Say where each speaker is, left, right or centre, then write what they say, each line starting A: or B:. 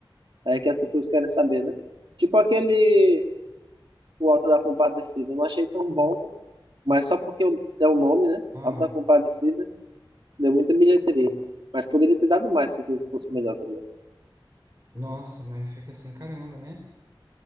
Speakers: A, on the right; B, on the right.
A: É que as pessoas querem saber, né? Tipo aquele O Auto da Compadecida. Eu não achei tão bom, mas só porque é o nome, né?
B: Ah.
A: Auto da Compadecida, deu muita bilheteria. Mas poderia ter dado mais se o filme fosse melhor também.
B: Nossa, mas fica assim, caramba, né?